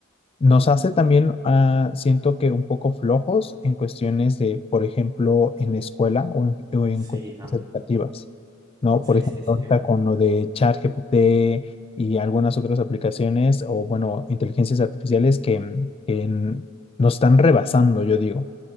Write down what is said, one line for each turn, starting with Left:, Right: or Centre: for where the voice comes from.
Left: nos hace también, ah, siento que un poco flojos en cuestiones de, por ejemplo, en la escuela o en, o en
Right: sí,
Left: cuestiones
Right: no.
Left: educativas, ¿no? Por
Right: Sí,
Left: ejemplo,
Right: sí, sí.
Left: ahorita con lo de ChatGPT y algunas otras aplicaciones o, bueno, inteligencias artificiales que, mm, que en- nos están rebasando, yo digo,